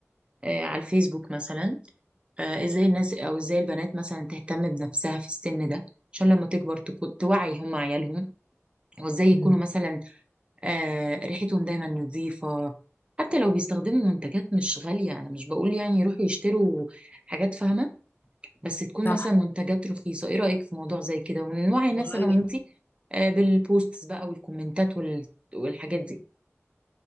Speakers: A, on the right (about 20°); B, on the left (about 40°).
A: آه، على الفيسبوك مثلا آه، ازاي الناس او ازاي البنات مثلا تهتم بنفسها في السن ده عشان لما تكبر تكون توعي هم عيالهم وازاي يكونوا
B: مم.
A: مثلا آه، ريحتهم دايما نظيفة حتى لو بيستخدموا منتجات مش غالية انا مش بقول يعني يروحوا يشتروا حاجات فاهمة بس تكون
B: صح
A: مثلا منتجات رخيصة ايه رأيك في موضوع زي كده ونوعي الناس
B: والله
A: انا وانتي آه، بالبوستس بقى والكومنتات وال- والحاجات دي